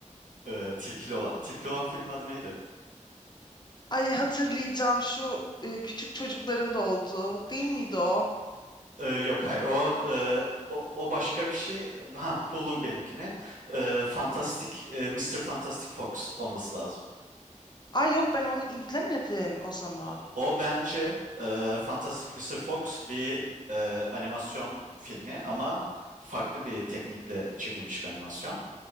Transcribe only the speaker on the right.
eee, Tilkili olan. Tilkili olan filmin adı neydi?
Eee, yok hayır. O, eee, o o başka bir şey. Ha buldum benimkini. Eee Fantastic eee, Mr. Fantastic Fox olması lazım.
O, o bence eee, Fantastic Mister Fox bir eee, animasyon filmi ama farklı bir teknikle çekilmiş bir animasyon.